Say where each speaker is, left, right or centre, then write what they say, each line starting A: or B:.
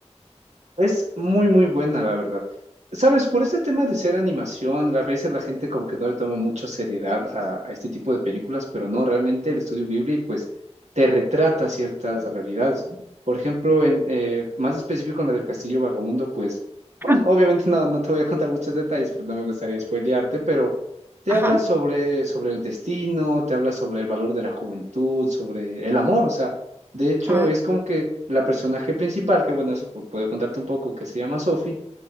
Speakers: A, on the right; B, on the right.
A: Es muy, muy buena, la verdad. Sabes, por este tema de ser animación, a veces la gente como que no le toma mucha seriedad a, a este tipo de películas, pero no, realmente el estudio Ghibli pues te retrata ciertas realidades. Por ejemplo, en, eh, más específico en la del Castillo Vagamundo, pues, bueno,
B: Ajá,
A: obviamente no, no te voy a contar muchos detalles, pero no me gustaría spoilearte, pero te
B: ajá.
A: habla sobre, sobre el destino, te habla sobre el valor de la juventud, sobre el amor, o sea De hecho,
B: ah.
A: es como que la personaje principal, que bueno, eso pu- puedo contarte un poco, que se llama Sophie,